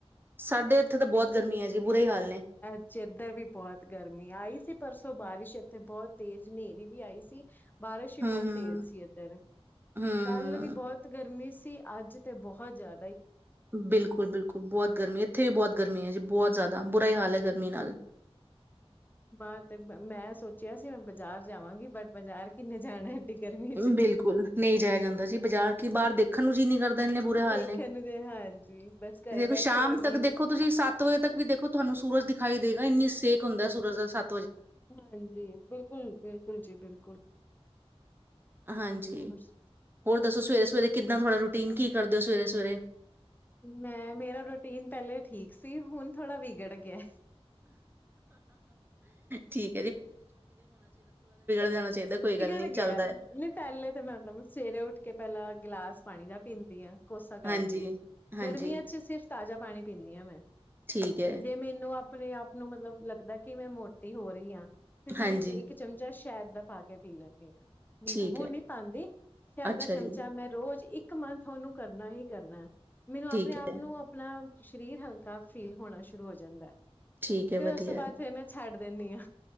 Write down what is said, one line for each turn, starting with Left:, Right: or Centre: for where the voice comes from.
Right: ਸਾਡੇ ਇੱਥੇ ਤਾਂ ਬਹੁਤ ਗਰਮੀਆਂ ਜੀ ਬੁਰੇ ਈ ਹਾਲ ਨੇ
Left: ਅੱਜ ਇੱਧਰ ਵੀ ਬਹੁਤ ਗਰਮੀ ਆਈ ਸੀ ਪਰਸੋਂ ਬਾਰਿਸ਼ ਇੱਥੇ ਬਹੁਤ ਤੇਜ਼ ਹਨੇਰੀ ਵੀ ਆਈ ਸੀ ਬਾਰਿਸ਼ ਵੀ
Right: ਹਮ
Left: ਬਹੁਤ
Right: ਹਮ
Left: ਤੇਜ਼ ਸੀ ਇੱਧਰ
Right: ਹਮ।
Left: ਕੱਲ ਵੀ ਬਹੁਤ ਗਰਮੀ ਸੀ ਤੇ ਅੱਜ ਤੇ ਬਹੁਤ ਜ਼ਿਆ
Right: ਬਿਲਕੁੱਲ ਬਿਲਕੁੱਲ ਬਹੁਤ ਗਰਮੀ ਇੱਥੇ ਵੀ ਬਹੁਤ ਗਰਮੀ ਐ ਜੀ ਬਹੁਤ ਜ਼ਿਆਦਾ ਬੇ ਹਾਲ ਹੈ ਗਰਮੀ ਨਾਲ
Left: ਬਾਹਰ ਤੇ ਮੈਂ ਸੋਚਿਆ ਸੀ ਮੈਂ ਬਾਜ਼ਾਰ ਜਾਵਾਂਗੀ ਬਟ ਬਾਜ਼ਾਰ ਕਿੰਨੇ ਜਾਣਾ- ਗਰਮੀ ਚ।
Right: ਬਿਲਕੁੱਲ ਨਹੀਂ ਜਾਇਆ ਜਾਂਦਾ ਜੀ ਬਾਜ਼ਾਰ ਕੀ ਬਾਹਰ ਦੇਖਣ ਨੂੰ ਜੀਅ ਨੀ ਕਰਦਾ ਇੰਨੇ ਬੁਰੇ ਹਾਲ
Left: ਦੇਖਣ
Right: ਨੇ
Left: ਨੂੰ ਤੇ ਹਾਂਜੀ ਬਸ ਘਰੇ
Right: ਦੇਖੋ
Left: ਬੈਠੇ
Right: ਸ਼ਾਮ
Left: ਰਹੋ ਨੀਮ
Right: ਤੱਕ ਦੇਖੋ ਤੁਸੀਂ ਸੱਤ ਵਜੇ ਤੱਕ ਵੀ ਦੇਖੋ ਤੁਹਾਨੂੰ ਸੂਰਜ ਦਿਖਾਈ ਦੇ ਗਾ ਇੰਨੀ ਸੇਕ ਹੁੰਦਾ ਸੂਰਜ ਦਾ ਸੱ
Left: ਹਾਂਜੀ ਬਿਲਕੁੱਲ-ਬਿਲਕੁੱਲ ਜੀ ਬਿਲ
Right: ਹਾਂਜੀ
Left: ਹੋਰ
Right: ਹੋਰ ਦੱਸੋ ਸਵੇਰੇ ਸਵੇਰੇ ਕਿੱਦਾਂ ਤੁਹਾਡਾ ਰੂਟੀਨ ਕੀ ਕਰਦੇ ਹੋ ਸਵੇਰੇ <inaudible>
Left: ਮੈਂ ਮੇਰਾ ਰੂਟੀਨ ਪਹਿਲੇ ਠੀਕ ਸੀ ਹੁਣ ਥੋੜਾ ਵਿਗੜ ਗਿਆ-
Right: <inaudible> ਠੀ ਜਾਣਾ ਚਾਹੀਦਾ ਕੋਈ
Left: ਵਿਗੜ
Right: ਗੱਲ ਨਹੀਂ ਚੱਲਦਾ
Left: ਗਿਆ
Right: ਹੈ
Left: ਨਹੀਂ ਪਹਿਲੇ ਤਾਂ ਮਤਲਬ ਸਵੇਰੇ ਉੱਠ ਕੇ ਪਹਿਲਾਂ ਗਿਲਾਸ ਪਾਣੀ ਦਾ ਪੀਂਦੀ ਆ ਕੋਸਾ ਕਰਕੇ
Right: ਹਾਂਜੀ ਹਾਂਜੀ
Left: ਗਰਮੀਆਂ ਚ ਸਿਰਫ ਤਾਜ਼ਾ ਪਾਣੀ ਪੀਂਨੀ ਆ ਮੈਂ
Right: ਠੀਕ ਹੈ
Left: ਜੇ ਮੈਨੂੰ ਆ ਆਪਣੇ ਆਪ ਨੂੰ ਮਤਲਬ ਲੱਗਦਾ ਕਿ ਮੈਂ ਮੋਟੀ ਹੋ ਰਹੀ ਆ ਫਿਰ ਮੈਂ
Right: ਹਾਂਜੀ
Left: ਵਿਚ ਇੱਕ ਚਮਚਾ ਸ ਸ਼ਹਿਦ ਦਾ ਪਾ ਕੇ ਪੀ ਲੈਨੀ ਆ ਨਿੰਬੂ
Right: ਠੀਕ ਹੈ
Left: ਨਹੀਂ ਪਾਉਂਦੀ। ਸ਼ਹਿਦ
Right: ਅੱਛਾ
Left: ਦਾ ਚਮਚਾ
Right: ਜੀ
Left: ਮੈਂ ਰੋਜ਼ ਇੱਕ ਇੱਕ ਮਨ ਤੁਨੂੰ ਕਰਨਾ ਹੀ ਕਰਨਾ ਹ। ਮੈਨੂੰ
Right: ਠੀਕ
Left: ਆਪਣੇ ਆਪ
Right: ਹੈ,
Left: ਨੂੰ ਆਪਣਾ ਸਰੀਰ ਹਲਕਾ ਫੀਲ ਹੋਣਾ ਸ਼ੁਰੂ ਹੋ ਜਾਂਦਾ ਅ।
Right: ਠੀਕ ਹੈ,
Left: ਫੇਰ
Right: ਵਧੀਆ
Left: ਉਸ ਤੋਂ ਬਾਅਦ
Right: ਹੈ,
Left: ਫੇਿਰ ਮੈਂ ਛੱਡ ਦ ਦਿੰਦੀ ਹਾਂ